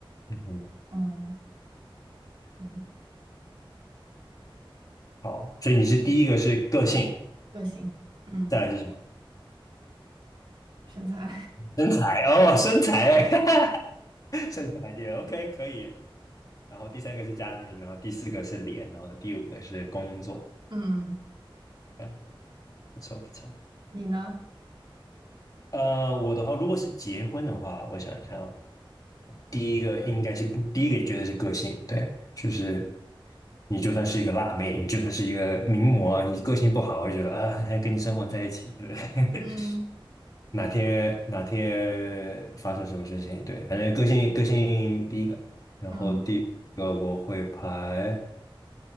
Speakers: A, on the left (about 40°); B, on the right (about 60°).
A: 嗯，
B: 嗯嗯，
A: <laughs> 好，所以你是第一个是个性，
B: 个性，嗯，
A: 再来是什么？
B: 身材，
A: 身材哦，身材，<laughs> 身材排第二，OK，可以。然后第三个是家庭，然后第四个是脸，然后第五个是工作，
B: <laughs> 嗯，
A: 嗯，不错不错。
B: 你呢？
A: 呃，我的话，如果是结婚的话，我想一下。第一个应该是第一个觉得是个性，对，就是你就算是一个辣妹，你就算是一个名模，你个性不好，我就觉得啊，还跟你生活在一起，对不对？
B: 嗯
A: <laughs> 哪天哪天发生什么事情，对，反正个性个性第一个，然后第二个我会排。
B: 嗯